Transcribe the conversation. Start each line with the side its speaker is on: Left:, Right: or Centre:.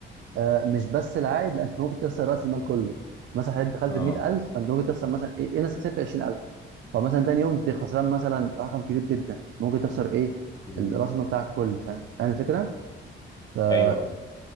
Right: آه، مش بس العائد لان ممكن تخسر راس المال كله مثلا حضرتك دخلت
Left: اه
Right: ب 100000 فانت ممكن تخسر مثلا ايه إيه نفسك كسبت 20000 فمثلا تاني يوم انت خسران مثلا رقم كبير جدا ممكن تخسر ايه
Left: امم
Right: ال- راس المال بتاعك كله فاهم فاهم الفكره فده
Left: ايوه